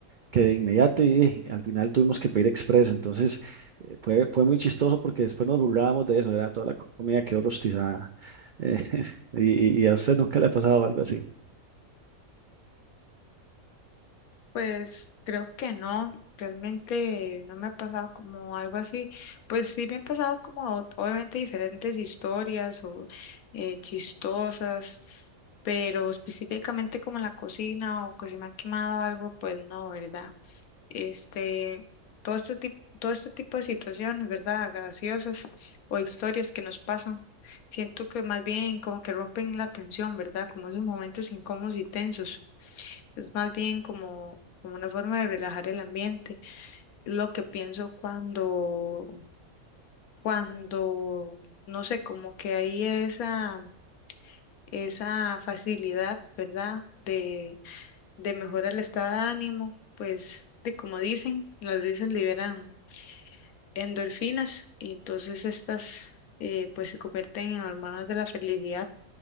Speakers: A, on the right (about 80°); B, on the left (about 80°).
A: que de inmediato y, eh, al final tuvimos que pedir express. Entonces eh, fue, fue muy chistoso porque después nos burlábamos de eso, era toda la comida quedó rostizada. Eh, <laughs> y, y- y a usted nunca le ha pasado algo así.
B: Pues creo que no, realmente no me ha pasado como algo así. Pues sí me ha pasado como ot- obviamente diferentes historias o eh, chistosas, pero específicamente como en la cocina o que se me ha quemado algo, pues no, ¿verdad? este, todo este tipo, todo este tipo de situaciones, ¿verdad? Graciosas o historias que nos pasan. Siento que más bien como que rompen la tensión, ¿verdad? Como esos momentos incómodos y tensos. Es más bien como, como una forma de relajar el ambiente. Lo que pienso cuando, cuando, no sé, como que hay esa, esa facilidad, ¿verdad? De, de mejorar el estado de ánimo, pues, de como dicen, las risas liberan endorfinas y entonces estas eh, pues se convierten en hormonas de la felicidad